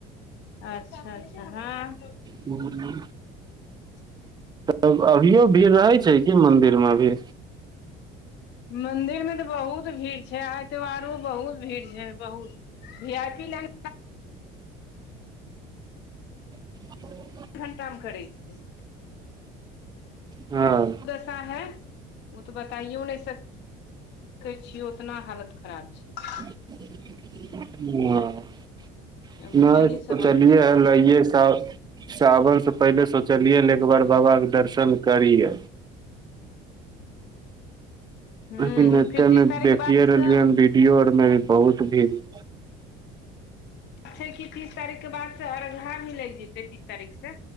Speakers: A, on the left (about 60°); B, on the right (about 20°).
A: अच्छा अच्छा हँ
B: <unintelligible>
A: <unintelligible>
B: तऽ अभियो भीड़ रहै छै कि मंदिर मे अभी
A: मंदिरमे तऽ बहुत भीड़ छै आइ तऽ औरो बहुत भीड़ छै, बहुत भियापी लाईन
B: <unintelligible>
A: एक घण्टामे करै छिय
B: हँ
A: दसा है ओ तऽ बताइओ नहि सकै छियै उतना हालत खराब छैय
B: <unintelligible> नेय
A: अभी यही
B: सीचलिये
A: सब हो रहलो
B: हऽ लहिए सब सावन से पहिले सोचलियै ने एक बार बाबा कऽ दर्शन करिय
A: ह
B: लेकिन एते
A: फिर तीस
B: ने
A: तारीख
B: देखिे
A: के बाद
B: रहलियै
A: से
B: हन वीडियो आर मे भी बहुत भीड़
A: छै कि तीस तारीख के बाद से अरन्धा भी लागि जेते तीस तारीख सऽ